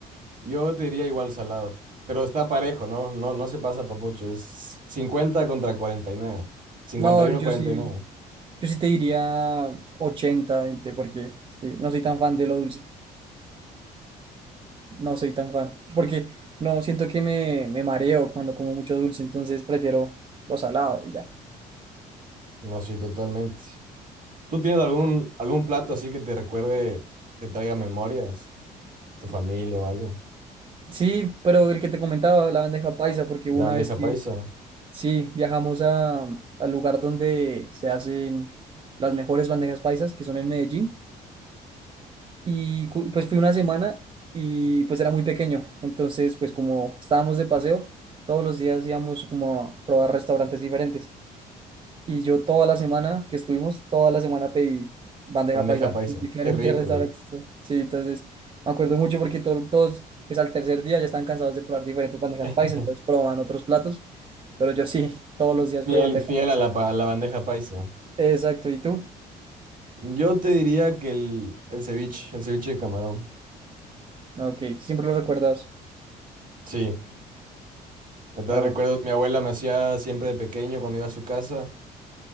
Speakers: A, on the right; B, on the right.
A: Yo te diría igual salado, pero está parejo, ¿no? No, no se pasa por mucho, es 50 contra cuarenta y y nueve cincuenta
B: No,
A: y uno
B: yo
A: cuarenta
B: sí.
A: y nueve
B: Yo sí te diría 80 20 porque sí, no soy tan fan de lo dulce. No soy tan fan. Porque no siento que me, me mareo cuando como mucho dulce, entonces prefiero lo salado y ya.
A: No, sí, totalmente. ¿Tú tienes algún, algún plato así que te recuerde, que traiga memorias, tu familia o algo?
B: Sí, pero el que te comentaba, la bandeja paisa, porque
A: La
B: hubo una
A: bandeja
B: vez que
A: paisa,
B: sí viajamos a, al lugar donde se hacen las mejores bandejas paisas, que son en Medellín, y cu- pues fui una semana y pues era muy pequeño. Entonces, pues como estábamos de paseo, todos los días íbamos como a probar restaurantes diferentes. Y yo toda la semana que estuvimos, toda la semana pedí bandeja
A: bandeja
B: paisa
A: paisa,
B: en diferentes
A: qué rico.
B: <laughs> restaurantes. Sí, entonces me acuerdo mucho porque to- todos, pues al tercer día ya estaban cansados de probar diferentes bandejas
A: <laughs>
B: paisa, entonces probaban otros platos, pero yo sí, todos los días
A: Fiel,
B: fue bandeja
A: fiel
B: paisa.
A: a la, pa- a la bandeja paisa.
B: Exacto, ¿y tú?
A: Yo te diría que el, el ceviche, el ceviche de camarón.
B: Ok, siempre lo recuerdas.
A: Sí, me trae
B: Ah,
A: recuerdos,
B: ok.
A: mi abuela me hacía siempre de pequeño cuando iba a su casa.